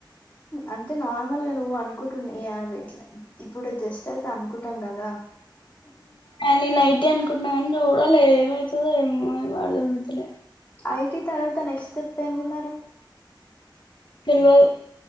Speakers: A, on the left (about 20°); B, on the left (about 80°).
A: అంటే నార్మల్గా నువ్వు అనుకుంటున్నా ఇలా ఇప్పుడు జస్ట్ అయితే అనుకుంటాం కదా త్త
B: నేను అఐతే అనుకుంటున్నానుం చూడాల ఏమవుతుంద ఏమోం వాడలే మద్దలే
A: ఐటి తర్వాత నెక్స్ట్ చెప్ప అయింది మరి
B: తెలువా